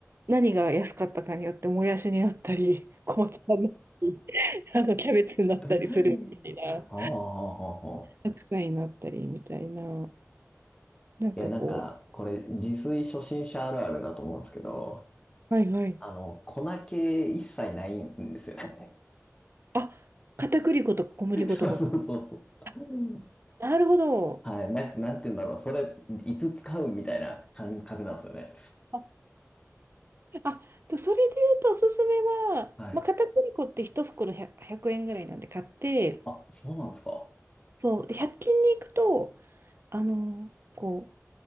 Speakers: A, on the right; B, on the left.
A: 何が安かったかによってもやしになったり、小松菜になったり、<laughs> あの、キャベツになったりするみたいな、
B: <laughs> ああ、はあ、はあ、はあ。
A: 白菜になったりみたいな、なんかこ
B: いや、なんか、これ、自炊初心者あるあるだと思うんですけど、
A: う、はいはい。
B: あの、粉気一切ないんですよね。
A: あ、片栗粉とか小麦粉とかが。
B: <laughs> そうそうそうそう。
A: あ、なるほど。
B: はい。な、なんて言うんだろう。それ、いつ使うみたいな感覚なんですよね。
A: あ、あ、とそれで言うとおすすめは、
B: はい。
A: まあ、片栗粉って1袋100、円ぐらいなんで買って、
B: あ、そうなんですか。
A: そう、で100均に行くと、あの、こう、